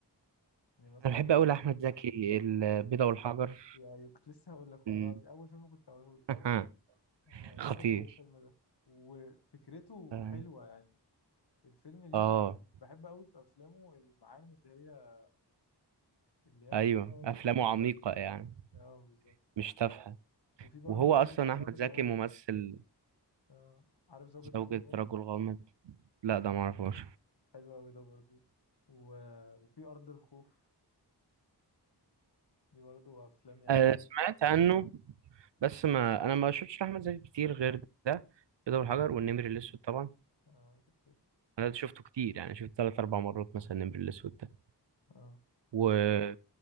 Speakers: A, on the left (about 70°); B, on the right (about 80°).
A: يعني مثلا
B: انا بحب
A: شفت
B: قوي احمد زكي البيضة والحجر
A: يا يا- كنت لسه هقول لك
B: مم.
A: والله العظيم أول فيلم كنت هقوله لك
B: <laughs>
A: آه
B: خطير
A: جامد أوي الفيلم ده وفكرته
B: اه
A: حلوة يعني الفيلم ليه
B: آه،
A: مع يعني بحب أوي في أفلامه المعاني اللي هي اللي هي مخفية
B: ايوه
A: ورا
B: افلامه
A: الكوميديا
B: عميقة
A: والحاجات
B: يعني
A: دي اه بالظبط
B: مش تافهة
A: وفي برضو
B: وهو اصلا
A: زوجة
B: احمد
A: رجل
B: زكي
A: غامض
B: ممثل
A: آه عارف زوجة
B: زوجة
A: رجل غامض
B: رجل غامض لا ده
A: اه
B: ما اعرفوش
A: حلو أوي ده برضو و... وفي أرض الخوف دي برضو أفلام يعني
B: آه سمعت عنه بس ما انا ما شفتش احمد زكي كتير غير ده البيضة والحجر والنمر الاسود طبعا
A: آه كانت كده.
B: انا ده شفته كتير يعني شفت ثلاث اربع مرات مثلا النمر الاسود ده
A: آه.
B: و...